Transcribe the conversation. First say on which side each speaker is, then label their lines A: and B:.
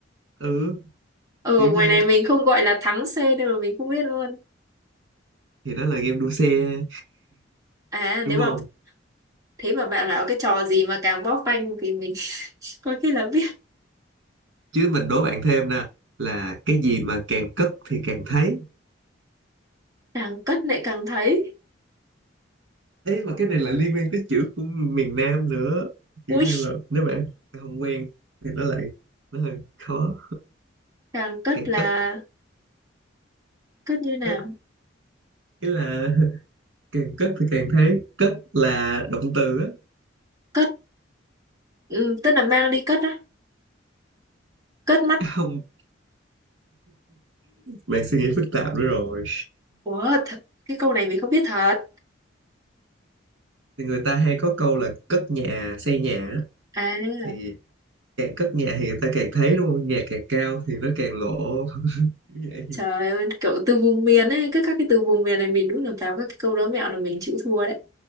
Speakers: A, on the right (about 70°); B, on the right (about 20°).
A: ừ
B: ở
A: kiểu như
B: ngoài này mình không gọi là thắng xe nên mà mình không biết luôn
A: thì đó là game đua xe
B: à nếu
A: đúng
B: mà
A: không
B: thế mà bạn bảo cái trò gì mà càng bóp phanh thì mình <laughs> có khi là biết
A: chứ mình đố bạn thêm nè là cái gì mà càng cất thì càng thấy
B: càng cất lại càng thấy
A: ấy mà cái này là liên quan tới chữ của miền Nam nữa kiểu
B: ui
A: như là nếu bạn không quen thì nó lại nó hơi khó
B: càng cất
A: càng
B: là
A: cất
B: cất như nào
A: cất ý là <laughs> càng cất thì càng thấy cất là động từ á
B: cất ừ, tức là mang đi cất á cất mắt
A: <laughs> không bạn suy nghĩ phức tạp nữa rồi
B: ủa thật cái câu này mình không biết thật
A: thì người ta hay có câu là cất nhà xây nhà á.
B: à
A: thì càng cất nhà thì người ta càng thấy đúng không nhà càng cao thì nó càng lỗ <laughs> Kiểu vậy
B: Trời ơi, kiểu từ vùng miền ấy, cứ các cái từ vùng miền này mình đúng là vào các cái câu đố mẹo là mình chịu thua đấy.